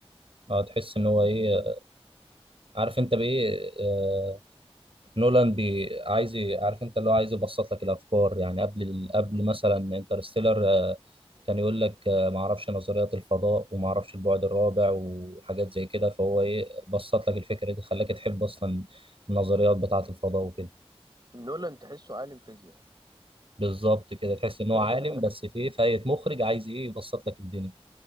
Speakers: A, on the right; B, on the right.
A: اه تحس ان هو ايه
B: لذيذ
A: عارف انت بايه آه نولان بي عايز ي- عارف انت اللي هو عايز يبسط لك الافكار يعني قبل ال- قبل مثلا انترستيلر آه كان يقول لك آه ما اعرفش نظريات الفضاء وما اعرفش البعد الرابع وحاجات زي كده فهو ايه بسط لك الفكره دي خلاك تحب اصلا النظريات بتاعه الفضاء وكده
B: نولان تحسه عالم فيزياء
A: بالظبط كده تحس ان هو
B: <laughs>
A: عالم بس في ايه فاية مخرج عايز ايه يبسط لك الدنيا